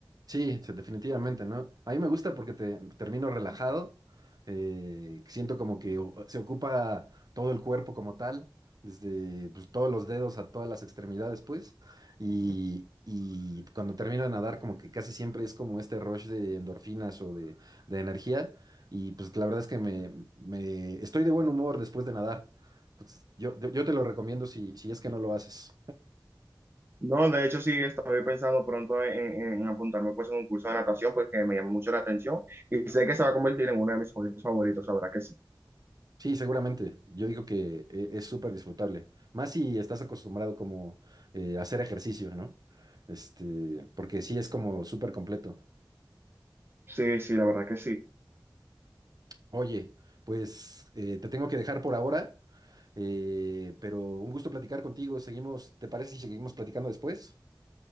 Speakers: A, on the right; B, on the right.
A: Sí, sí, definitivamente, ¿no? A mí me gusta porque te termino relajado, eh, siento como que o- se ocupa todo el cuerpo como tal, desde pues, todos los dedos a todas las extremidades, pues, y, y cuando termino de nadar como que casi siempre es como este rush de endorfinas o de, de energía, y pues la verdad es que me, me- estoy de buen humor después de nadar. Entonces, yo, yo, yo te lo recomiendo si, si es que no lo haces.
B: No, de hecho sí, estoy pensando pronto en, en apuntarme pues en un curso de natación porque me llama mucho la atención y sé que se va a convertir en uno de mis hobbies favoritos, la verdad que sí.
A: Sí, seguramente. Yo digo que eh, es súper disfrutable. Más si estás acostumbrado como eh, a hacer ejercicio, ¿no? Este, porque sí es como súper completo.
B: Sí, sí, la verdad que sí.
A: Oye, pues eh, te tengo que dejar por ahora, eh, pero un gusto platicar contigo. Seguimos, ¿te parece si seguimos platicando después?